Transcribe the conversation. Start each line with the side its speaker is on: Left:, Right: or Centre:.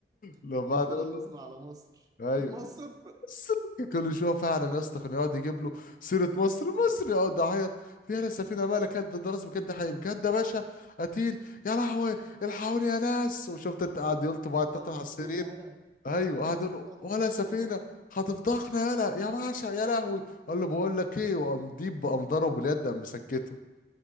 Left: لما
Right: احنا ناخدها
Left: قعد يقول
Right: وننزل
Left: له
Right: على مصر <laughs>
Left: ايوه
Right: مصر
Left: <laughs> السر- كل شويه فعلا يا اسطى كان يقعد يجيب له سيره مصر مصر يقعد يعيط فيها السفينه مالك قد ده راس بجد حقيقي بجد يا باشا قتيل يا لهوي الحقوني يا ناس وشفت انت قاعد يلطم بعد تطلع
Right: يلا يا
Left: على
Right: سفينة
Left: السرير
Right: يلا
Left: ايوه
Right: يلا
Left: قعد
Right: يا سفينة
Left: يقول له
Right: هتفضحنا
Left: ولا سفينه
Right: يلا
Left: هتفضحنا يلا يا باشا يا لهوي قال له بقول لك ايه وقام ديب قام ضربه باليد قام مسكته